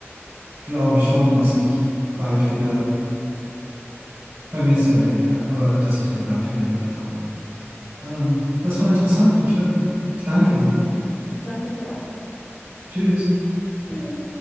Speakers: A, on the right; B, on the left.
A: glaube schon, dass ich bald wieder, bei mir ist ja länger her, aber dass ich da bald wieder hinfahre. Ähm, das war interessant und schön. Ich danke dir.
B: Ich danke dir auch.
A: Tschüss.
B: Tschüss.